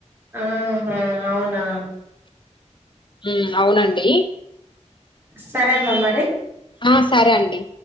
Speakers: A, on the right; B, on the left.
A: ఆహా అవునా
B: ఉ అవునండి
A: సరే అమ్మ మరి
B: ఆ సరే అండి